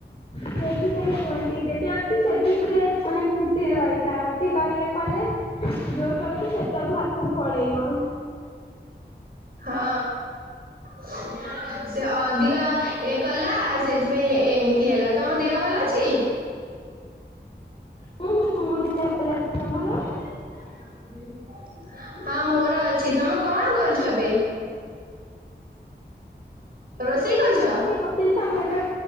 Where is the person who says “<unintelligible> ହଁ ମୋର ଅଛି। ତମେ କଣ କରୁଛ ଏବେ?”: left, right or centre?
Right